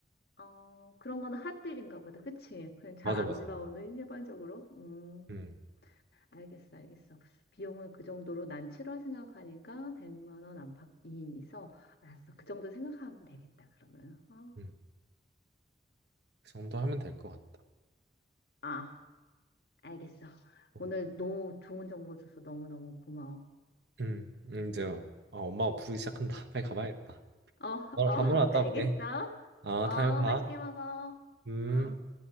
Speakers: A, on the left; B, on the right.
A: 어, 그런 거는 핫딜인가 보다. 그치? 그냥 잘
B: 맞아,
A: 안
B: 맞아.
A: 올라오는 일반적으로. 음.
B: 음,
A: 알겠어, 알겠어. 비용은 그 정도로 난 7월 생각하니까 100만 원 안팎 2인이서 알았어. 그 정도 생각하면 되겠다, 그러면. 어.
B: 음. 그 정도 하면 될 것 같다.
A: 아, 알겠어.
B: 어,
A: 오늘 너무 좋은 정보 줘서 너무너무 고마워.
B: 음, 음, 이제 아, 엄마가 부르기 시작한다. <laughs> 빨리 가봐야겠다.
A: 아. 어,
B: 너랑
A: 어,
B: 밥
A: <laughs>
B: 먹으러 갔다
A: 알겠어.
B: 올게. 아,
A: 어,
B: 다음에 봐.
A: 맛있게 먹어.
B: 음.
A: 어.